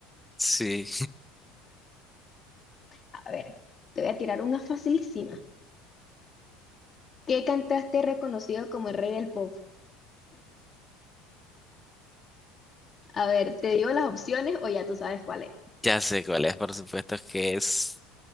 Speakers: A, in the centre; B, on the left.
A: Sí,
B: A ver, te voy a tirar una facilísima. ¿Qué cantante es reconocido como el rey del pop? A ver, ¿te digo las opciones o ya tú sabes cuál es?
A: ya sé cuál es, por supuesto que es